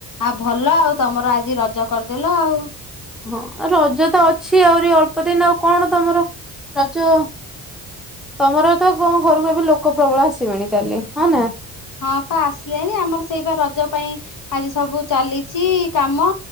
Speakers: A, on the left; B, in the centre.
A: ଆ ଭଲ ଆଉ ତମର ଆଜି ରଜ କରିଦେଲ ଆଉ।
B: ହଁ ଆଉ ରଜ ତ ଅଛି ଆହୁରି ଅଳ୍ପ ଦିନ ଆଉ କଣ ତମର ରଜ ତମର ତ କଣ ଘରକୁ ଏବେ ଲୋକ ଲୋକ ପ୍ରବଳ ଆସିବେଣିି ତାହେଲେ ହଁ ନା?
A: ହଁ ପା ଆସିଲେଣି ଆମର ସେଇ ବା ରଜ ପାଇଁ ଆଜି ସବୁ ଚାଲିଚି କାମ